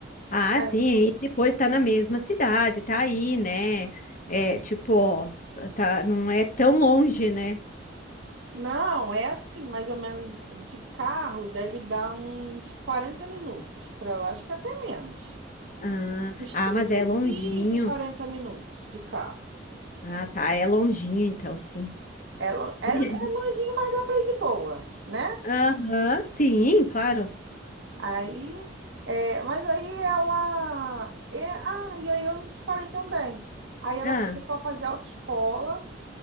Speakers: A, on the left; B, on the right.
A: Ah,
B: É.
A: sim, e depois tá na mesma cidade, tá aí, né? É, tipo, ó, tá, não é tão longe, né?
B: Não, é assim, mais ou menos de carro deve dar uns 40 minutos para lá, acho que até menos.
A: Ah,
B: Uns
A: ah,
B: trinta
A: mas é
B: e
A: longinho.
B: cinco quarenta minutos de carro.
A: Ah, tá, é longinho então, sim.
B: É, lo- é,
A: <laughs>
B: é longinho, mas dá para ir de boa, né?
A: Aham, sim, claro.
B: Aí, é, mas aí ela. é, ah, e aí eu não te falei também. Aí ela
A: Ah,
B: começou a fazer autoescola,